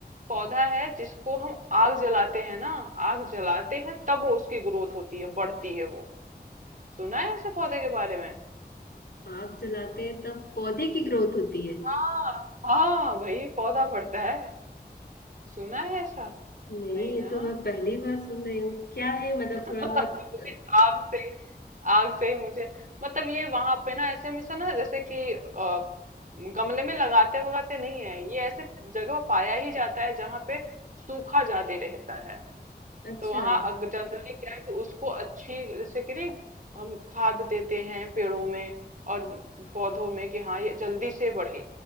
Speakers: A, on the right (about 50°); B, on the left (about 70°).
A: पौधा है जिसको हम आग जलाते हैं ना आग जलाते हैं तब वो उसकी ग्रोथ होती है बढ़ती है वो सुना है ऐसे पौधे के बारे में
B: आग जलाते हैं तब पौधे की ग्रोथ होती है
A: हाँ हाँ भाई पौधा बढ़ता है सुना है ऐसा
B: नहीं
A: नहीं
B: ये
A: ना
B: तो मैं पहली बार सुन रही हूँ क्या है मतलब
A: <laughs> तो
B: थोड़ा बहुत
A: मुझे आग से ही- आग से ही मुझे मतलब ये वहां पे ना ऐसे हमेशा ना जैसे कि अ, गमले में लगाते वगाते नहीं है ये ऐसे जगह पर पाया ही जाता है जहाँ पे सूखा ज्यादा रहता है
B: अच्छा
A: तो वहां जनरली क्या है कि उसको अच्छी जैसे कि नहीं हम खाद देते हैं पेड़ों में और पौधों में कि हाँ ये जल्दी से बढ़े